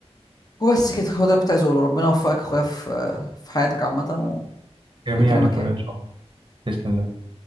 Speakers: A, on the left; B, on the right.
A: وبس كده هو ده اللي كنت عايز اقوله ربنا يوفقك يا اخويا في آه، في حياتك عامه و...
B: جميعا
A: ويكرمك
B: يا اخويا
A: يعني
B: ان شاء الله باذن الله